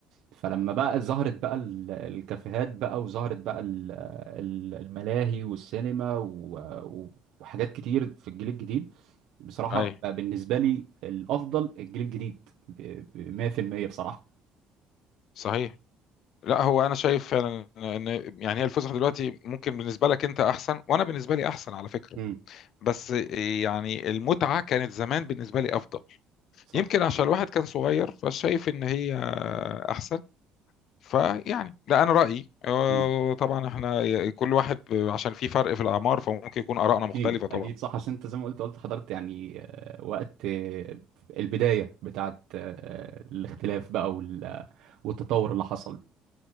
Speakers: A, on the right; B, on the left.
A: فلما بقى ظهرت بقى ال- الكافيهات بقى وظهرت بقى ال- ال- الملاهي والسينما و... و- وحاجات كتير في الجيل الجديد بصراحة
B: اي
A: بقى بالنسبة لي الافضل الجيل الجديد ب ب 100% بصراحة
B: صحيح لا هو انا شايف فعلا ان يعني هي الفسحه دلوقتي ممكن بالنسبه لك انت احسن وانا بالنسبه لي احسن على فكره
A: امم
B: بس يعني المتعة كانت زمان بالنسبة لي أفضل
A: صح
B: يمكن عشان الواحد كان صغير فشايف إن هي أحسن فيعني ده أنا رأيي آه،
A: امم
B: طبعا إحنا كل واحد عشان في فرق في الأعمار فممكن يكون آرائنا
A: اكيد
B: مختلفة طبعا
A: اكيد صح عشان انت زي ما قلت قلت حضرت يعني آه، وقت آه، البداية بتاعت آه، الاختلاف بقى وال- والتطور اللي حصل